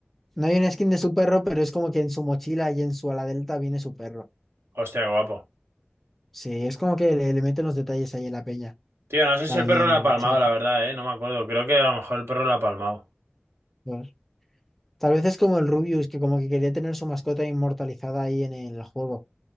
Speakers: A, in the centre; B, on the right (about 90°).
A: No hay una skin de su perro, pero es como que en su mochila y en su ala delta viene su perro.
B: Hostia, qué guapo.
A: Sí, es como que le, le meten los detalles ahí en la peña.
B: Tío, no sé si
A: Ahí
B: el perro
A: en
B: la ha palmado,
A: Sea Fan
B: la verdad, eh. No me acuerdo. Creo que a lo mejor el perro la ha palmado.
A: dos. Tal vez es como el Rubius, que como que quería tener su mascota inmortalizada ahí en el juego. O